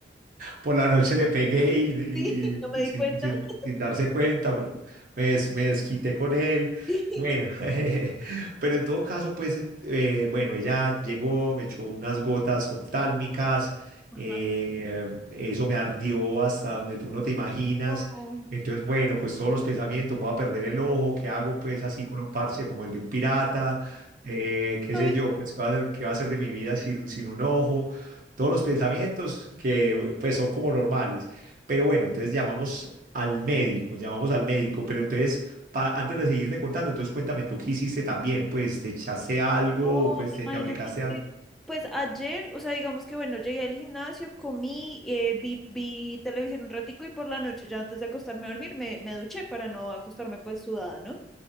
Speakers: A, on the right (about 50°); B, in the centre.
A: por la noche le pegué y, y-
B: sí, no me di
A: y sin,
B: cuenta.
A: sin-
B: <laughs>
A: sin darse cuenta, me, des- me desquité con él.
B: Sí.
A: Bueno, <laughs> pero en todo caso, pues, en- eh, bueno, ella llegó, me echó unas gotas oftálmicas,
B: Ajá.
A: eh, eso me ardió hasta donde tú no te imaginas.
B: No.
A: Entonces, bueno, pues todos los pensamientos, voy a perder el ojo, ¿qué hago pues así con un parche como el de un pirata? Eh, qué
B: Ay,
A: sé yo, pues qué va a ser, qué va a ser de mi vida sin, sin un ojo todos los pensamientos que pues son como normales. Pero bueno, entonces llamamos al médico, llamamos al médico, pero entonces pa- antes de seguirte contando, entonces cuéntame tú qué hiciste también, pues te echaste algo,
B: no,
A: pues
B: imagínate
A: te, te aplicaste algo.
B: que, pues ayer, o sea, digamos que bueno, llegué al gimnasio, comí, eh, vi, vi televisión un ratico y por la noche, ya antes de acostarme a dormir, me, me duché para no acostarme pues sudada, ¿no?